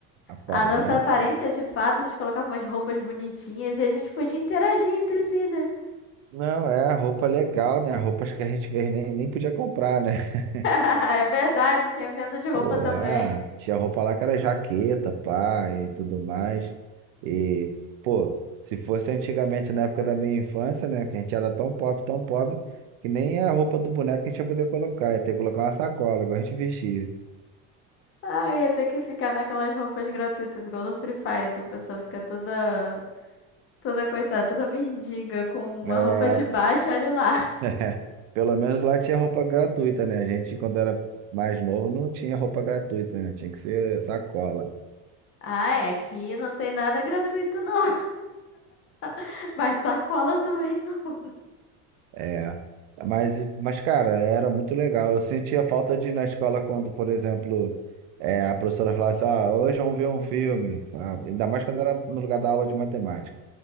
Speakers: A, on the right; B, on the left.
A: Aparência.
B: a nossa aparência de fato, a gente colocava umas roupas bonitinhas e a gente podia interagir entre si, né?
A: Não, é roupa legal, né? Roupas que a gente vê, nem, nem podia comprar, né? <laughs>
B: <laughs> É verdade, tinha venda de roupa
A: Pô,
B: também.
A: é, tinha roupa lá que era jaqueta, pá, e tudo mais. E, pô, se fosse antigamente, na época da minha infância, né? Que a gente era tão pobre, tão pobre, que nem a roupa do boneco a gente ia poder colocar. Ia ter que colocar uma sacola, igual a gente vestia.
B: Ah, ia ter que ficar naquelas roupas gratuitas, igual no Free Fire, que a pessoa fica toda, toda coitada, toda mendiga com
A: É,
B: uma roupa de baixo, olha lá. <laughs>
A: <laughs> É, pelo menos lá tinha roupa gratuita, né? A gente, quando era mais novo, não tinha roupa gratuita, né? Tinha que ser sacola.
B: Ah, é, aqui não tem nada gratuito não, <laughs> mas sacola também não.
A: É. Mas, mas, cara, era muito legal. Eu sentia falta de ir na escola quando, por exemplo, é, a professora falasse, ah, hoje vamos ver um filme. Ah, ainda mais quando era no lugar da aula de matemática.